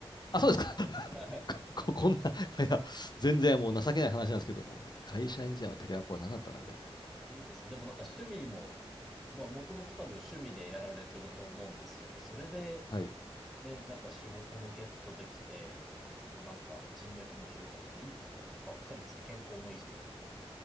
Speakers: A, on the left; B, in the centre.
A: あ、そうですか。<laughs>
B: はい。
A: こ、ここんな、いや、全然もう情けない話なんですけども、会社員時代のテレアポは何だったんだみたいな。
B: よしいいですね。でもなんか趣味も、まあ、もともと多分趣味でやられてると思うんですけど、それで、
A: はい。
B: で、なんか仕事もゲットできて、こうなんか人脈も広がっていいことばっかりですね。健康も維持できて。